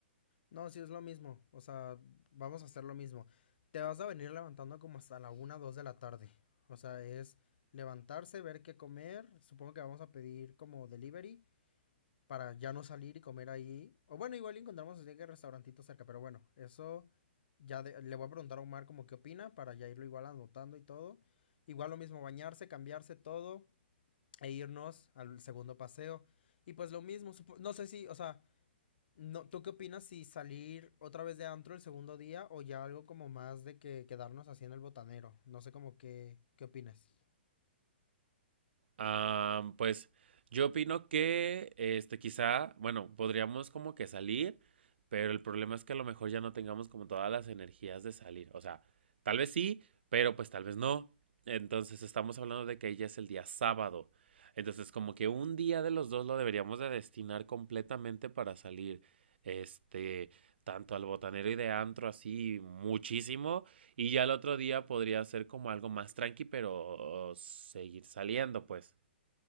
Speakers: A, on the left (about 60°); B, on the right (about 70°).
A: No, sí es lo mismo. O sea, vamos a hacer lo mismo. Te vas a venir levantando como hasta la una, 2 de la tarde. O sea, es levantarse, ver qué comer. Supongo que vamos a pedir como delivery para ya no salir y comer ahí. O bueno, igual encontramos así que restaurantito cerca, pero bueno, eso ya de- le voy a preguntar a Omar como qué opina para ya irlo igual anotando y todo. Igual lo mismo, bañarse, cambiarse todo e irnos al segundo paseo. Y pues lo mismo, supo- no sé si, o sea, no, ¿tú qué opinas si salir otra vez de antro el segundo día o ya algo como más de que quedarnos así en el botanero? No sé como que, ¿qué opinas?
B: Am, pues yo opino que este quizá, bueno, podríamos como que salir, pero el problema es que a lo mejor ya no tengamos como todas las energías de salir. O sea, tal vez sí, pero pues tal vez no. Entonces estamos hablando de que ya es el día sábado. Entonces como que un día de los dos lo deberíamos de destinar completamente para salir, este, tanto al botanero y de antro así muchísimo y ya el otro día podría ser como algo más tranqui, pero seguir saliendo, pues.